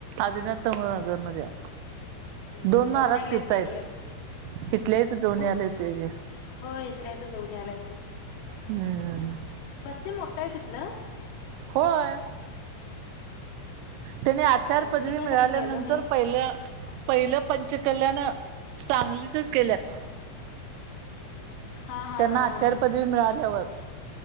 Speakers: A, on the right; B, on the left.
A: आदिनाथ तमगरमध्ये हाय
B: हम्म
A: दोन
B: जाऊन
A: महाराज
B: यायला
A: तिथायत
B: येतंय की आता.
A: हितल्या हित जाऊन
B: कुठ
A: यायला येतय घे
B: होय इथल्या इथं जाऊन याला येतय
A: हम्
B: बस्ती मोठाय तिथलं
A: होय त्यांनी आचार्य
B: हम्म
A: पदवी
B: मी काय
A: मिळाल्यानंतर
B: कधी गेलो नाही.
A: पहिल्या -- पहिलं पंचकल्याण सांगलीचच केल्यात
B: हा हा
A: त्यांना
B: हा
A: आचार
B: ह
A: पदवी मिळाल्यावर